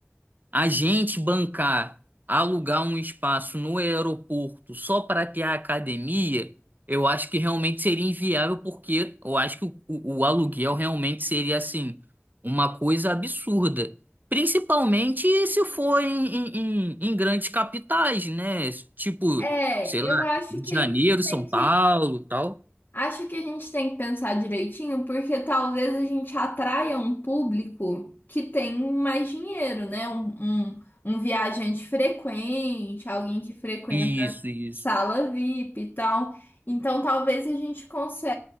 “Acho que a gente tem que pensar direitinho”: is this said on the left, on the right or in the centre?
Left